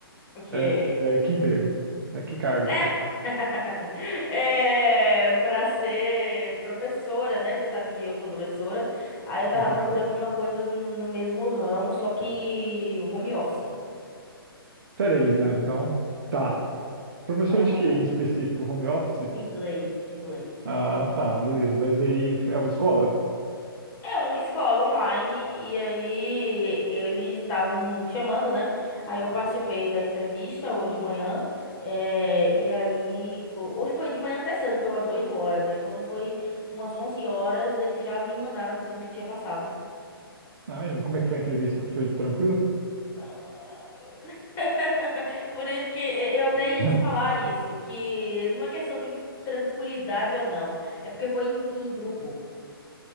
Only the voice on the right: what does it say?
É, é, que emprego? É, que cargo?
você-
Peraí, não, então, tá. Professora
de
quê
em específico? Home office?
Ah, tá, beleza. Mas aí é uma escola?
Ah, e como é que foi a entrevista? Foi tranquilo?
<laughs>